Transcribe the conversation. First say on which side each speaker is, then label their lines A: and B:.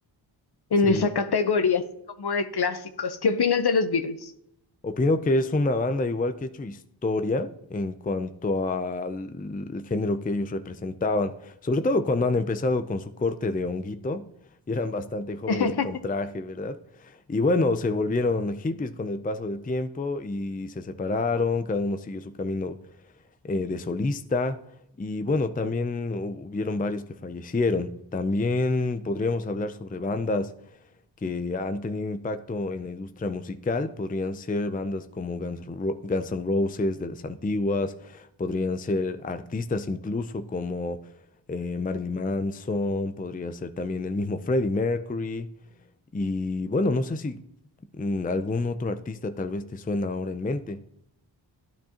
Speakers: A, on the left (about 55°); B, on the left (about 20°).
A: en
B: Sí.
A: esa categoría así como de clásicos. ¿Qué opinas de los Beatles?
B: Opino que es una banda igual que ha hecho historia en cuanto al género que ellos representaban, sobre todo cuando han empezado con su corte de honguito y eran bastante jóvenes
A: <laughs>
B: y con traje, ¿verdad? Y bueno, se volvieron hippies con el paso del tiempo y se separaron, cada uno siguió su camino eh, de solista y bueno, también hubieron varios que fallecieron. También podríamos hablar sobre bandas que han tenido impacto en la industria musical podrían ser bandas como Guns, Ro- Guns N' Roses de las antiguas, podrían ser artistas incluso como eh, Marilyn Manson, podría ser también el mismo Freddie Mercury y bueno, no sé si mm, algún otro artista tal vez te suena ahora en mente.